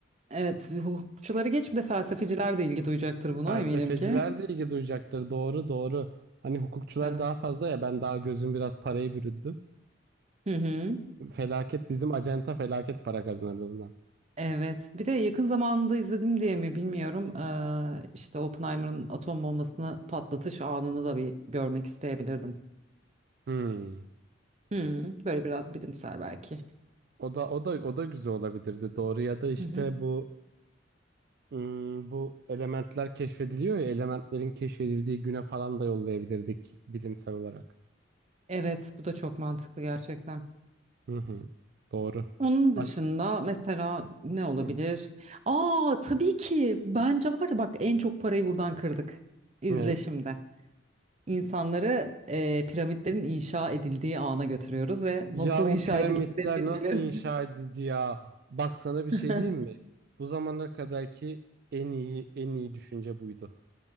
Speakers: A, on the right (about 35°); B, on the right (about 55°).
A: evet. Hukukçuları geç bir de felsefeciler de ilgi duyacaktır buna
B: Felsefeciler
A: eminim ki.
B: de ilgi duyacaktır. Doğru doğru. Hani hukukçular
A: Evet.
B: daha fazla ya ben daha gözüm biraz parayı bürüdü.
A: Hı hı.
B: Felaket bizim acenta felaket para kazanırdı bundan.
A: Evet. Bir de yakın zamanda izledim diye mi bilmiyorum. Ee, işte Oppenheimer'ın atom bombasını patlatış anını da bir görmek isteyebilirdim.
B: Hmm.
A: Hmm, böyle biraz bilimsel belki.
B: O da o da o da güzel olabilirdi. Doğru ya da işte
A: Hı hı.
B: bu hmm, bu elementler keşfediliyor ya elementlerin keşfedildiği güne falan da yollayabilirdik bilimsel olarak.
A: Evet, bu da çok mantıklı gerçekten.
B: Hı hı. Doğru.
A: Onun
B: Baş...
A: dışında mesela ne olabilir?
B: Hı.
A: Aa tabii ki bence var ya bak en çok parayı buradan kırdık. İzle
B: Ne?
A: şimdi. İnsanları e, piramitlerin inşa edildiği ana götürüyoruz ve
B: Ya
A: nasıl
B: o
A: inşa
B: piramitler
A: edildiğini biliyoruz.
B: nasıl inşa edildi ya? Bak sana bir şey
A: <laughs>
B: diyeyim mi? Bu zamana kadarki en iyi en iyi düşünce buydu.